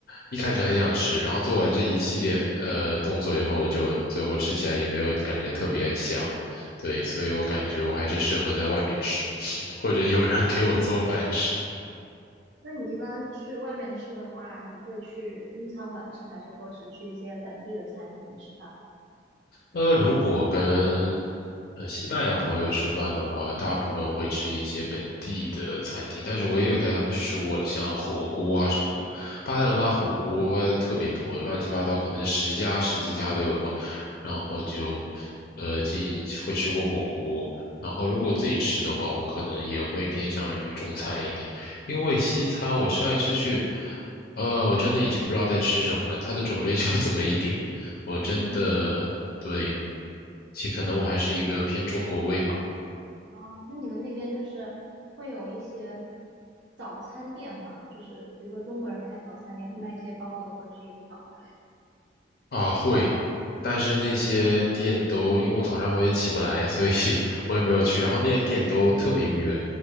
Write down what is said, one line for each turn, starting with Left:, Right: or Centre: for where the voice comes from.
Left: 一开始很想吃，然后做完这一系列呃动作以后，我就最后吃起来也没有感觉特别香。对，所以我感觉我还是适合在外面吃，<laughs> 或者有人给我做饭吃。
Right: 那你一般去外面吃的话，你会去中餐馆吃，还是说是去一些本地的餐厅吃饭？
Left: 呃，如果跟呃西班牙朋友吃饭的话，大部分会吃一些本地的餐厅，但是我也有带他们去吃过像火锅啊什么的。巴塞罗那火锅特别多，
Right: 嗯，
Left: 乱七八糟，可能十家十几家都有吧。然后就呃，既会吃过火锅，然后如果自己吃的话，我可能也会偏向于中餐一点，因为西餐我吃来吃去，呃，我真的已经不知道在吃什么了，它的种类就这么一点。我真的对，
Right: 嗯，
Left: 其可能我还是一个偏中国胃吧。
Right: 哦，那你们那边就是会有一些早餐店吗？就是比如说中国人开的早餐店会卖一些包子或者是油条之类的。
Left: 啊，会，但是那些店都，因为我早上我也起不来，所以 <laughs> 我也没有去。然后那些店都特别远，